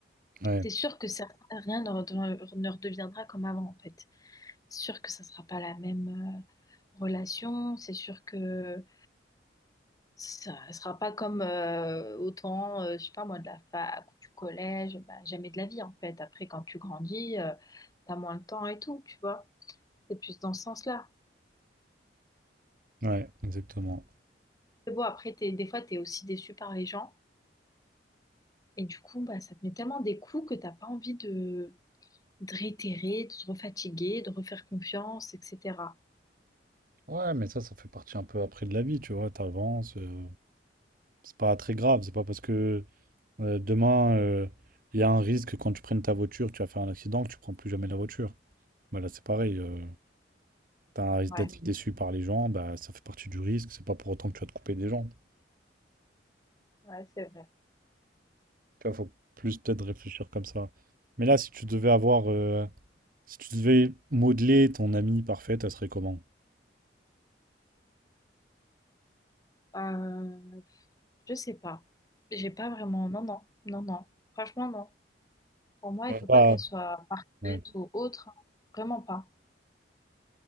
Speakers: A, on the right; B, on the left.
A: Ouais,
B: c'est sûr que certains- rien ne redev- ne redeviendra comme avant, en fait. C'est sûr que ça sera pas la même, euh, relation. C'est sûr que Ça sera pas comme euh, autant, euh, je sais pas moi, de la fac ou du collège, bah, jamais de la vie en fait. Après, quand tu grandis, euh, t'as moins de temps et tout, tu vois. C'est plus dans ce sens-là.
A: ouais, exactement.
B: C'est bon, après, t'es, des fois, t'es aussi déçu par les gens. Et du coup, bah, ça te met tellement des coups que t'as pas envie de, de réitérer, de te refatiguer, de refaire confiance, etc.
A: Ouais, mais ça, ça fait partie un peu après de la vie, tu vois, t'avances, euh, c'est pas très grave, c'est pas parce que euh, demain, euh, il y a un risque que quand tu prennes ta voiture, tu vas faire un accident, que tu prends plus jamais la voiture. Bah là, c'est pareil, euh, t'as un risque
B: Ouais,
A: d'être déçu par les gens, bah ça fait partie du risque, c'est pas pour autant que tu vas te couper des gens.
B: ouais, c'est vrai.
A: Tu vois, faut plus peut-être réfléchir comme ça. Mais là, si tu devais avoir... euh, Si tu devais modeler ton amie parfaite, elle serait comment?
B: Euh, je sais pas. J'ai pas vraiment. Non, non, non, non. Franchement, non. Pour moi,
A: Ouais.
B: il faut pas
A: Pas.
B: qu'elle soit parfaite
A: Ouais,
B: ou autre, hein. Vraiment pas.